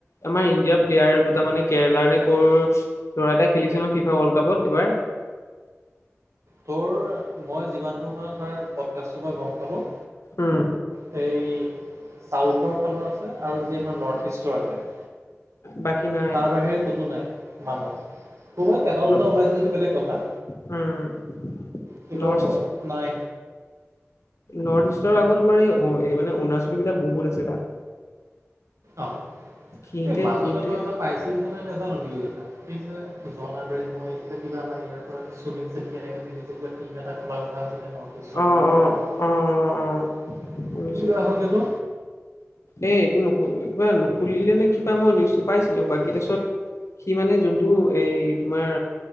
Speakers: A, on the left; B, on the right.
A: আমাৰ ইণ্ডিয়াৰ প্লেয়াৰ দুটা মানে কেৰেলাৰ নে কৰ। ল'ৰা এটা খেলিছে
B: উম
A: নহয় ফিফা ওৰ্ল্ড কাপত এবাৰ।
B: তোৰ মই যিমান দূৰ মানে তাৰ পডকাষ্টৰ পৰা গ'ম পালোঁ।
A: উম।
B: হেৰিই চাউথৰ ফালৰ আছে আৰু যি আমাৰ নৰ্থ ইষ্টৰ আছে।
A: বাকী না
B: তাৰ বাহিৰে ক'তো নাই মানুহ ক'ৰবাত এটা
A: ন
B: দুটা ওলাইছে যদি বেলেগ কথা।
A: উম।
B: কিন্তু
A: নৰ্থ
B: নাই।
A: নৰ্থ ইষ্টৰ আকৌ তোমাৰ এই মানে অৰুণাচল বিলাক বহুত আছে তাত।
B: অ'
A: সিহঁতে
B: এই মাজতে
A: সিহঁতে
B: তই এটা। পাইছিলেনে নাই নাজানো নিউজ এটা এই যে জন <unintelligible> এই কিবা আমাৰ ইয়াৰ। সুনীল চেত্ৰী এনে ভিডিঅ'যে কয় কিবা এটা খোলা কথা আছিলে নৰ্থ ইষ্ট
A: অ', অ',
B: বুলি পেলাই কিবা।
A: অ', অ', অ', শুনিছো
B: কোন এইটো
A: এই এইটো নুখ কিবা নুখুলিলে নে কিবা মই নিউজটো পাইছিলো বাকি তাৰপিছত। সি মানে যোনটো এই তোমাৰ।